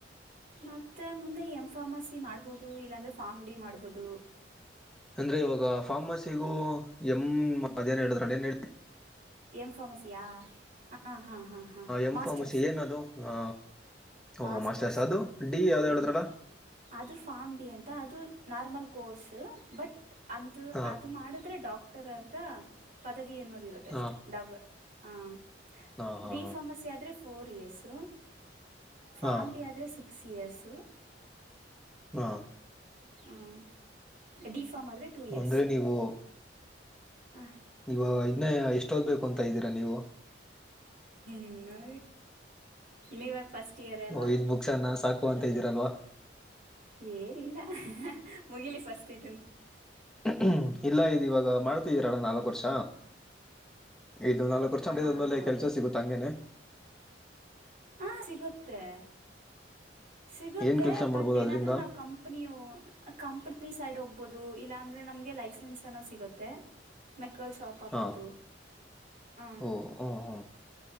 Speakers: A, on the right; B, in the centre.
A: ಮತ್ತೆ ಮುಂದೆ ಎಂ ಫಾರ್ಮಸಿ ಮಾಡ್ಬೋದು ಇಲ್ಲಾಂದ್ರೆ ಫಾರ್ಮ್ ಡಿ ಮಾಡ್ಬೋದು.
B: ಅಂದ್ರೆ ಇವಾಗ ಫಾರ್ಮಸಿಗು ಎಮ್
A: ಹ
B: ಅದೇನೋ ಹೇಳಿದ್ರಲ ಏನ್ ಹೇಳಿ
A: <unintelligible> ಎಂ ಫ್ಮಸಿಯಾ ಹಾ ಹಾ ಹಾ ಹಾ
B: ಎಂ
A: ಮಾಸ್ಟರ್ಸ್.
B: ಫಾರ್ಮಸಿ ಏನದು ಆ, ಓ
A: ಮಾಸ್ಟರ್ಸ್
B: ಅದು ಡಿ ಯಾವ್ದು
A: ಹ್ಮ.
B: ಹೇಳಿದ್ರಲ್ಲ
A: ಅದು ಫಾರ್ಮ್ ಡಿ ಅಂತ ಅದು ನಾರ್ಮಲ್ ಕೋರ್ಸು ಬಟ್. ಅಂತು
B: ಹಾ
A: ಅದು ಮಾಡಿದ್ರೆ ಡಾಕ್ಟರ್ ಅಂತ ಪದವಿ ಅನ್ನೋದ್ ಇರುತ್ತೆ
B: ಹಾ
A: ಅಷ್ಟೆ. ಅ-ಹಾಂ
B: ಹಾ ಹಾ
A: ಬಿ ಫಾರ್ಮಸಿ ಆದ್ರೆ ಫೋರ್ ಇಯರ್ಸು. ಫಾಮ್ಲಿ
B: ಹಾ
A: ಆದ್ರೆ ಸಿಕ್ಸ್ ಇಯರ್ಸು.
B: ಹಾ.
A: ಹ್ಮ ಡಿಫಾಮ್ ಆದ್ರೆ. ಟೂ ಇಯರ್ಸ್
B: ಅಂದ್ರೆ ನೀವು
A: ಹ
B: ನೀವು ಇನ್ನೇ ಎಷ್ಟೋದ ಬೇಕು ಅಂತ ಇದ್ದೀರಾ ನೀವು.
A: ಇನ್ನು ನೀವಾಗ ಫಸ್ಟ್. ಿಯರ ಅಲ್ವಾ
B: ಓ, ಇದ್ ಮುಗಸಣ ಸಾಕು
A: ನೋಡ
B: ಅಂತ
A: ನೋಡ.
B: ಇದ್ದೀರಲ್ವಾ
A: ೇರಿಲ್ಲ ಮುಗಿಲಿ ಫಸ್ಟ್ ಇದನ್.
B: ್ಮ ಇಲ್ಲ ಇದು ಇವಾಗ ಮಾಡ್ತಿದ್ದೀರಲ್ಲ ನಾಲ್ಕು ವರ್ಷ ಇದು ನಾಲ್ಕು. ಕುರ್ಿದಾದ್ಮೇಲೆ
A: ಹಾ ಹಾ ಹೌದೌದು
B: ಕೆಲ್ಸ ಸಿಗುತ್ತ ಹಂಗೇನೆ.
A: ಹ ಸಿಗುತ್ತೆ ಸಿಗುತ್ತೆ
B: ಏನ್ ಕೆಲ್ಸ
A: ಬಟ್
B: ಮಾಡ್ಬೋದು
A: ಏನಾದ್ೂ
B: ಅದ್ರಿಂದ
A: ನಾವ್ ಕಂ. ನೀವು ಕಂಪನಿ ಸೈಡ್ ಹೋಗ್ಬಹುದು ಇಲ್ಲಾ ಅಂದ್ರೆ ನಮ್ಗೆ ಲೈಸೆನ್ಸ್ ಅನ್ನೋ ಸಿಗುತ್ತೆ. ಮೆಕ್ರಾಲ್ ಶಾಪ್ ಆಗ್ಬೋದು
B: ಹಾ
A: ಹ. ಹಂ
B: ಓ ಹ್ಮ್ ಹ್ಮ್